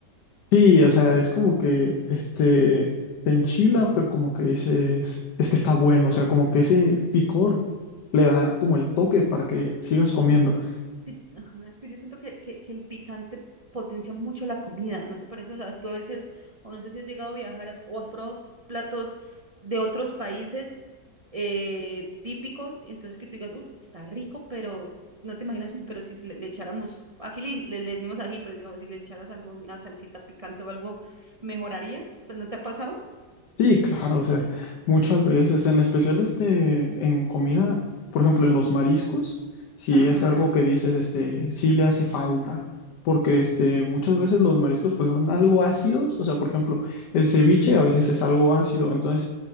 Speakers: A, on the left; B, on the right.
A: Sí, o sea, es como que este te enchila, pero como que dices, es que está bueno, o sea, como que ese picor le da como el toque para que sigas comiendo.
B: Cierto. Sí, ajá, Es que yo siento que, que, que el picante potencia mucho la comida, ¿no te parece? O sea, tú a veces, o no sé si has llegado a viajar has- o has probado platos de otros países eh, típicos, entonces que tú digas, uh, está rico, pero no te imaginas, pero si, se le, le echáramos, aquí le, le- le decimos ají, pero digamos, si le echaras algo, una salsita picante o algo, ¿mejoraría? Pues ¿no te ha pasado?
A: Sí, claro, o sea, muchas veces, en especial este, en comida, por ejemplo, en los mariscos, si
B: Ajá,
A: es algo que dices, este, sí le hace falta, porque este, muchas veces los mariscos pues son algo ácidos, o sea, por ejemplo, el ceviche a veces es algo ácido, entonces